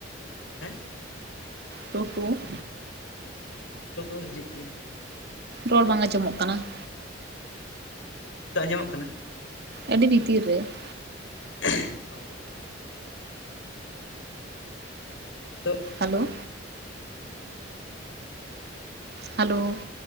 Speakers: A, on the left (about 85°); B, on the right (about 60°).
A: ᱦᱮᱸ
B: ᱴᱩ ᱴᱩ ᱾
A: ᱴᱩᱴᱩ ᱦᱮᱸ ᱴᱩ ᱠᱩ ᱫᱚ ᱦᱤᱡᱩᱜ ᱜᱮᱭᱟ ᱾
B: ᱨᱚᱲ ᱵᱟᱝ ᱟᱸᱡᱚᱢᱚᱜ ᱠᱟᱱᱟ ᱾
A: ᱛᱚᱜ ᱟᱸᱡᱚᱢᱚᱜ ᱠᱟᱱᱟ?
B: ᱟᱹᱰᱤ ᱵᱷᱤᱛᱤᱨ ᱨᱮ ᱾
A: <unintelligible> ᱱᱤᱛᱚᱜ
B: hello.
A: Hello
B: hello